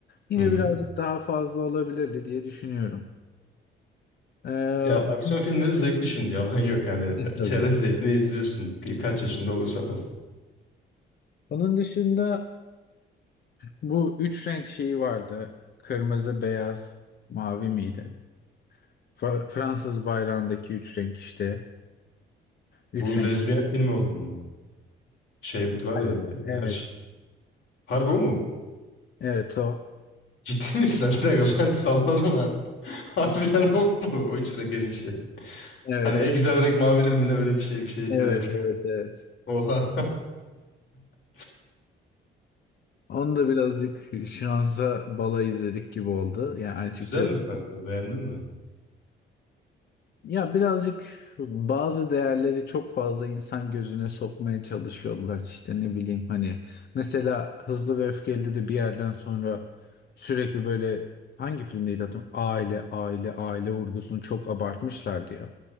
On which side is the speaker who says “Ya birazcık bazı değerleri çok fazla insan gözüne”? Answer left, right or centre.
Left